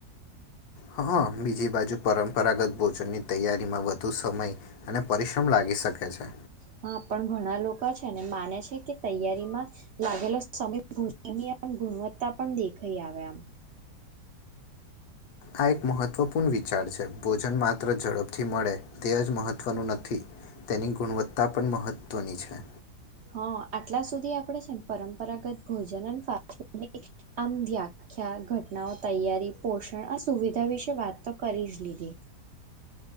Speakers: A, on the left; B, on the right.
A: હા, બીજી બાજુ પરંપરાગત ભોજનની તૈયારીમાં વધુ સમય અને પરિશ્રમ લાગી શકે છે
B: હા, પણ ઘણા લોકો છે એને માને છે કે તૈયારીમાં લાગેલો સમ ભજની આમ ગુણવત્તા પણ દેખાઈ આવે આમ
A: આ એક મહત્વપૂર્ણ વિચાર છે ભોજન માત્ર ઝડપથી મળે તે હજુ મહત્વનું નથી તેની ગુણવત્તા પણ મહત્વની છે
B: હા આટલા સુધી આપણે છે પરંપરાગત ભોજન અનેની આમ વ્યાખ્યા, ઘટનાઓ તૈયારી પોષણ આ સુવિધા વિશે વાત તો કરી જ લીધી